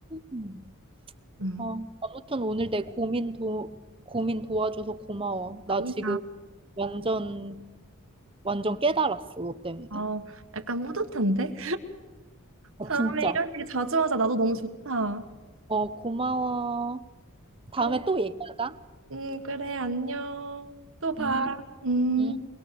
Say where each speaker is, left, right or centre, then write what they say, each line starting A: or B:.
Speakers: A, on the right; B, on the right.
A: 음.
B: 음.
A: 아, 아무튼 오늘 내 고민 도, 고민 도와줘서 고마워. 나
B: 아니야.
A: 지금 완전, 완전 깨달았어, 너 때문에.
B: 어, 약간 뿌듯한데?
A: 아,
B: 다음에
A: 진짜.
B: 이런 얘기 자주 하자. 나도 너무 좋다.
A: 어, 고마워. 다음에
B: 그럼,
A: 또 얘기하자.
B: 음, 그래, 안녕. 또 봐.
A: 음,
B: 음.
A: 음.